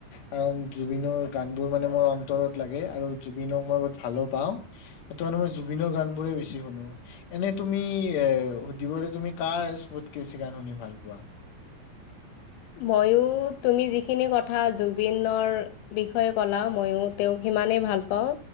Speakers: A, on the left (about 60°); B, on the left (about 80°).
A: কাৰণ জুবিনৰ গান বোৰ মানে মোৰ অন্তৰত লাগে, আৰু জুবিনক মই বহুত ভালো পাওঁ। সেইটো কাৰণে মই জুবিনৰ গান বোৰে বেছি শুনো। এনেই তুমি এ সুধিবলে তুমি কাৰ চ'বতকে বেছি গান শুনি ভাল পোৱা?
B: ময়ো তুমি যিখিনি কথা জুবিনৰ বিষয়ে ক'লা ময়ো তেওঁক সিমানেই ভাল পাওঁ।